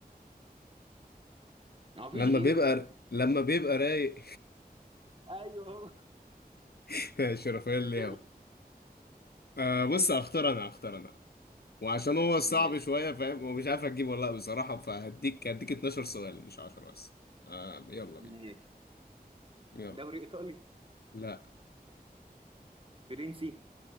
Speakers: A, on the right; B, on the left.
A: ما فيش
B: لما
A: غيره
B: بيبقى لما بيبقى رايق
A: ايوه
B: <laughs> شرفيا ليه
A: هو
B: آه بص هختار انا هختار انا وعشان هو صعب
A: <laughs> ماشي
B: شويه فاهم ومش عارف اجيبه ولا لا بصراحه فهديك هديك 12 سؤال مش 10 بس آه يلا
A: ماشي
B: بينا يلا
A: دوري ايطالي
B: لا
A: فرنسي